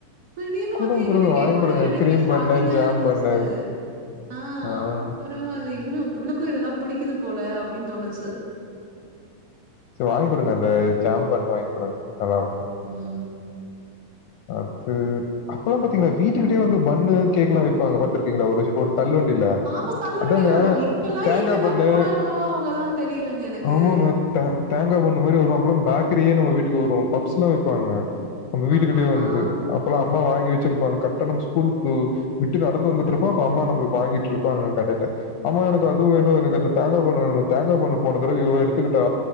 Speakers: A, on the right; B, on the left.
A: திடீர்னு
B: குடுங்க,
A: வந்து என்கிட்ட
B: குடுங்க.
A: கேக்கோனே
B: வாங்கி குடுங்க.
A: எனக்கே
B: கிரீம்
A: ஷாக்கிங்கா
B: பன்னு, ஜாம்
A: இருந்துச்சு
B: பன்னு.
A: ஆ
B: ஆ.
A: பரவால்ல இவ்ளு இவ்ளுக்கு இதெல்லா பிடிக்குது போல அப்டின் தோணுச்சு
B: சே வாங்கி குடுங்க அந்த ஜாம் பன்னு வாய்ன் குடுங்க நல்லாருக்கு
A: ம்
B: ஓகே அப்பல்லா பாத்தீங்ன்னா வீட்டுக்கிட்டயே வந்து பன்னு கேக்கெல்லா விப்பாங்க பாத்துருக்கீங்களா ஒருஸ் ஒரு தள்ளு வண்டில
A: ஆமா தள்ளுவண்டில
B: அதாங்க
A: வருவாங்க. இப்பல்லாம்
B: தேங்கா
A: எங்கதா
B: பன்னு
A: போனாங்களோ அவங்கல்லா தெரியலங்க எனக்கு.
B: ஆமாங்க த தேங்கா பன்னு மாரி வரு அப்பல்லா பேக்கரியே நம்ம வீட்டுக்கு வரு பப்ஸ்ல்லா விப்பாங்க நம்ம வீட்டுகிட்ட
A: ஆமா.
B: வந்து
A: ஆ.
B: அப்பல்லா அம்மா வாங்கி வச்சிருப்பாங்க கர்ட்டா நம்ம ஸ்கூலுக்கு விட்டு நடந்து வந்துட்ருப்போ அப்ப அம்மா நம்ளுக்கு வாங்கிட்ருப்பாங்க கடைல அம்மா எனக்கு அது வேணு எனக்கு அந்த தேங்கா பன்னு வேணு தேங்கா பன்னு போன தடவ இவ எடுத்துக்கிட்டா